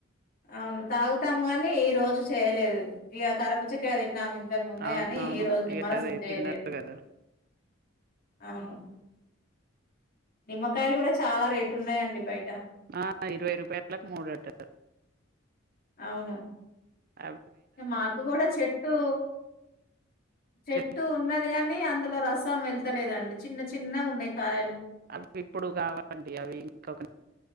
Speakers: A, on the left (about 45°); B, on the right (about 45°).
A: అవును తాగుతాము కానీ ఈ రోజు చేయలేదు ఇక కరబోజకాయ అది తిన్నాము అంతే ముందే
B: అవునవును
A: అని ఈ రోజు నిమ్మరసం
B: ఇగ అదే
A: చేయలేదు
B: తిన్నారు కదా
A: అవును నిమ్మకాయలు కూడా చాలా రేటు ఉన్నాయంండి బయట
B: ఆ ఇరువై రూపాయలకి మూడంటారు
A: అవును
B: అ
A: మాకు కూడా చెట్టు చెట్టు
B: చె-
A: ఉన్నది కాని కానీ అందులో రసం వెళ్తలేదండి చిన్న చిన్నగా ఉన్నాయి కాయలు
B: అవి ఇప్పుడు కావాలండి అవి ఇంక